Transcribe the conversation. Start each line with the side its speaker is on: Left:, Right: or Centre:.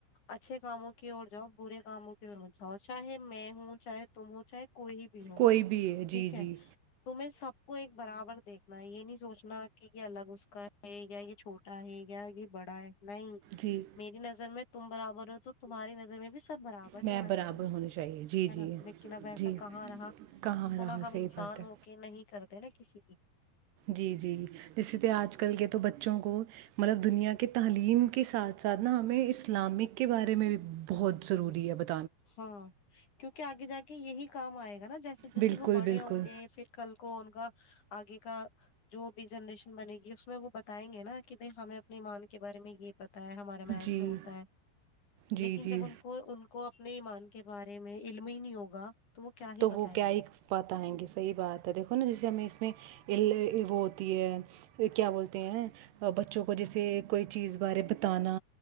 Left: اچھے کاموں کی اور جاؤ برے کاموں کی میں جاؤ چاہے میں ہوں چاہے تم ہوں چاہے کوئی بھی ہو
Right: کوئی بھی
Left: ٹھیک
Right: جی
Left: ہے
Right: جی
Left: تو میں سب کو ایک برابر دیک <unintelligible> یہ نہیں سوچنا کہ یہ الگ اس کا ہے یا یہ چھوٹا ہے یا یہ بڑا ہے نہیں
Right: جی
Left: میری نظر میں تم برابر ہو تو تمہاری نظر میں بھی سب برابر ہی
Right: میں
Left: ہونا
Right: برابر
Left: چاہیے
Right: ہونی چاہیے جی
Left: ہے
Right: جی
Left: نا لیکن اب ایسا
Right: جی
Left: کہاں رہا
Right: کہاں
Left: دف
Right: رہا
Left: نا ہم
Right: صحیح
Left: انسان
Right: بات ہے
Left: ہو کے نہیں کرتے نا کسی بھی
Right: جی جی جیسے تو آج کل کے تو بچوں کو مطلب دنیا کے تعلیم کے ساتھ ساتھ نا ہمیں اسلامک کے بارے میں بھی بہت ضروری دیاب <unintelligible>
Left: ہاں کیونکہ آگے جا کے یہی کام آئے گا نا جیسے جیسے
Right: بالکل
Left: وہ بڑے
Right: بالکل
Left: ہوں گے پھر کل کو ان کا آگے کا جو بھی جنریشن بنے گی اس میں وہ بتائیں گے نا کہ بھائی ہمیں اپنی مان کے بارے میں یہ پتا ہمارے میں ایسے
Right: جی
Left: ہوتا ہے
Right: جی
Left: لیکن
Right: جی
Left: جب ان کو ان کو اپنے ایمان کے بارے میں علم ہی نہیں ہوگا وہ کیا ہی
Right: تو
Left: بتائیں
Right: وہ کیا
Left: گے
Right: ہی بتئیں گے صحی بات ہے دیکھو نا جسے ہمیں اس میں ع وہ ہوتی ہے کیا بولتے ہیں بچوں کو جیسے کوئی چیز بارے بتانا